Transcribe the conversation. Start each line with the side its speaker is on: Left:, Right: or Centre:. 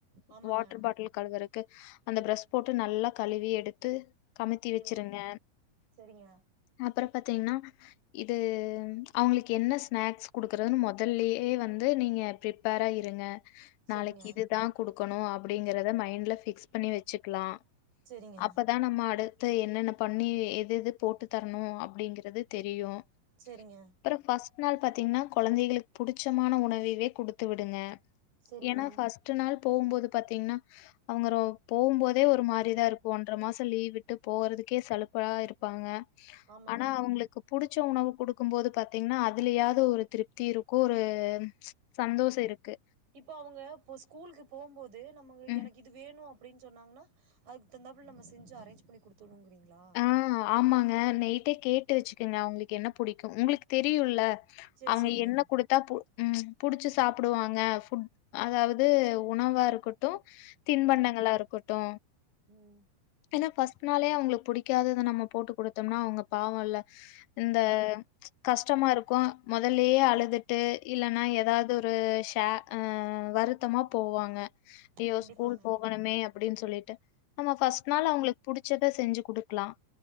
Right: ஆமாங்க
Left: வாட்டர் பாட்டில் கலுகுறக்கு து அந்த ப்ரெஷ் போட்டு நல்லா கழுவி எடுத் து கமுத்தி வச்சிருங்க
Right: ம் செரிங்க
Left: அப்ற பாத்தீங்னா இதுவும் அவ்ங்களுக்கு என்ன ஸ்நாக்ஸ் குடுக்குறதுன் மொதல்லே வந் து நீங்க பிரிப்பேரா இருங்க நாளைக்கு
Right: செரிங்க
Left: இதுதா குடுக் கணு அப்டிங்கிறத மைண்ட்ல ஃபிக்ஸ் பண்ணி வச்சுக்லா
Right: செரிங்க
Left: அப்பதா நம்ம அடு த்து என்னென்ன பண்ணி எது எது போட்டு தரணு அப்டிங்கிறது தெரியு
Right: செரிங்க
Left: அப்ற ஃபஸ்ட் நாள் பாத்தீங்னா கொழந்தைகளுக்கு புடிச்சமான உணவுகளே குடுத்து விடுங்க
Right: செரிங்க
Left: ஏனா ஃபஸ்ட்டு நாள் போம்போது பாத்தீங்னா அவ்ங்கரோ போம்போதே ஒரு மாரிதா இருக்கு ஒன்ர மாச லீவ் விட்டு போறதுக்கே சலுப்பா இருக் குங்க
Right: ஆமாங்க
Left: ஆனா அவ்ங்களுக்கு புடிச் ச்ச உணவே குடுக்கும் போது பாத்தீங்னா அதுலயாவ்து ஒரு திருப்தி இருக்கு ஒரு சந்தோச இருக்கு
Right: ப்ப அவ்ங்க இப்ப ஸ்கூலுக்கு போம்போது து நம்மக்கு
Left: ம்
Right: எனக்கு இது வேணு அப்டின்னு சொன்னாங்கன்னா அதுக்கு தகுந்தாப்ல நம்ம செஞ்சு அரேஞ்ச் பண்ணி குடுத்து விடனுங்கிறீங்ளா
Left: ஆஹ ஆமாங்க நைட்டே கேட்டு வெச்சுக்கங்க அவங்களுக்கு என்ன புடிக்கு உங்களுக்கு தெரியுல்ல
Right: சேரி
Left: அவுங்க
Right: சேரிங்க
Left: என்ன குடுத்தா பு ம்ச் உம் புடிச்சு சாப்பிடுவாங்க ஃபுட் அதாவது உணவா இருக்கட்டு தின்பண்டங்ளா
Right: ம்
Left: இருக்கட்டு
Right: ம்
Left: ஏனா ஃபர்ஸ்ட் நாளே அவுங்களுக்கு புடிக்கு னைக்காவது இதை நம்ம போட்டு கொடுத்தோம்னா அவுங்க பாவம்ல்ல இந்த
Right: ம்
Left: கஷ்டமா இருக்கும் முதலயே அழுதுட்டு இல்லைன்னா
Right: ம்
Left: ஏதாவது ஒரு க அ வருத்தமா போவாங்க ஐயோ
Right: கண்டிப்பாங்க
Left: ஸ்கூல் போகணுமே அப்டின்னு சொல்லிட்டு நம்ம ஃபர்ஸ்ட்
Right: ம்
Left: நாள் அவுங்களுக்கு புடிச்ச ச்சத செஞ்சு கொடு க்கலாம்